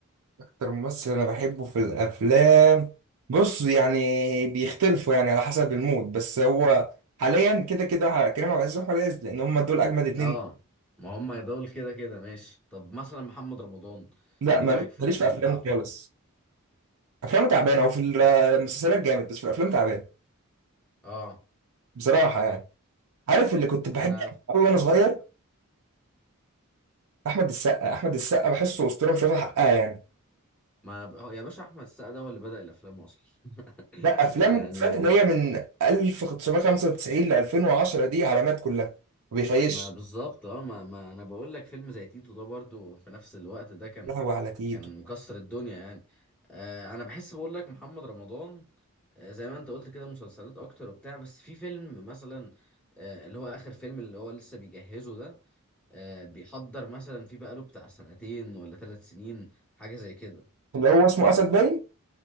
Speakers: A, on the right (about 80°); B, in the centre.
A: أكتر ممثل أنا بحبه في الأفلام بص يعني بيختلفوا يعني على حسب المود بس هو حاليا كده كده كريم عبد العزيز وأحمد عز لأن هما دول أجمد اتنين
B: اه ما هم دول كده كده ماشي طب مثلا محمد رمضان
A: لا
B: ايه
A: مال-
B: رأيك في
A: ماليش
B: الافلام
A: في أفلامه
B: بتاعته
A: خالص أفلامه تعبانة أو في المسلسلات جامد بس في الأفلام تعبان
B: اه
A: بصراحة يعني عارف اللي كنت بحب
B: انا ف-
A: أوي وأنا صغير أحمد السقا أحمد السقا بحسه أسطورة مش واخد حقها يعني
B: ما ب- هو يا باشا احمد السقا ده هو اللي بدأ الافلام اصلا <laughs>
A: لا أفلام
B: يعني
A: بالذات اللي هي من 1995 ل 2010 دي علامات كلها ما بيخيش
B: ما بالظبط اه ما, ما انا بقول لك فيلم زي تيتو ده برضو في نفس الوقت ده كان
A: لهوي على تيتو
B: كان مكسر الدنيا يعني آه انا بحس بقول لك محمد رمضان آه زي ما انت قلت كده مسلسلات اكتر وبتاع بس في فيلم مثلا آه اللي هو اخر فيلم اللي هو لسه بيجهزه ده آه، بيحضر مثلا في بقاله بتاع سنتين ولا ثلاث سنين حاجة زي كده
A: اللي هو اسمه أسد باين